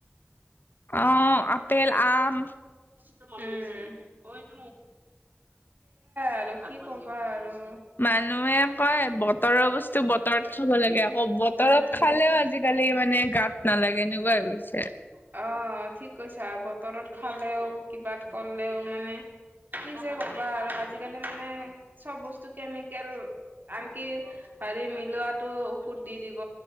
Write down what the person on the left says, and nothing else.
অ' আপেল আম।
মানুহে কয় বতৰৰ বস্তু বতৰত খাব লাগে আকৌ বতৰত
খালেও আজিালি আজিকালি মানে গাত নালাগে
এনেকুৱা হৈ গৈছে।